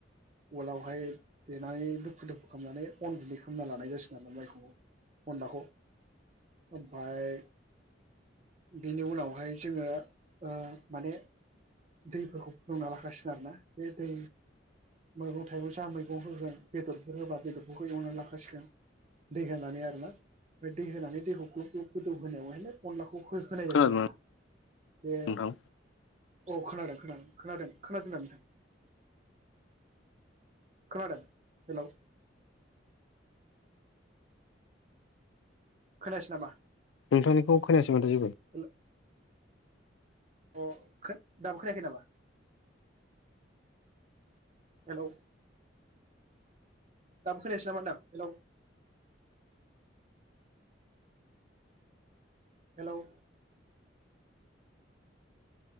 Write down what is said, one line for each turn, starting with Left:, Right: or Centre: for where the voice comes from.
Right: उवालावहाय देनानै दुफु दुफु खालामनानै अन गुनदै खालामना लानाय जासिगोन आरोना माइखौ अनलाखौ ओमफाय बेनि उनावहाय जोङो ओ माने दैफोरखौ फुदुंना लाखासिगोन आरो ना। बे दै मैगं थाइगं जा मैगं होगोन बेदरफोर होबा बेदरफोरखौ एवनानै लाखाासिगोन दै होनानै आरोनामफ्राय दै होनानै दैखौ ग्लब ग्लब गोदौ होनायावहाय अनलाखौ खौ हो होनाय जासिगोन
Left: खोनादोंना
Right: आरोना बे
Left: नोंथां
Right: औ खोनादों खोनादों खोनादों। खोनादोंना नोंथां? खोनादों हेल'। खोनायासै नामा?
Left: नोंथांनिखौ खोनायासै माथो जेबो?
Right: हेल' अ, खो दाबो खोनायाखै नामा? हेलौ। दाबो खोनायासै नामा होनदां? हेल'। हेल'।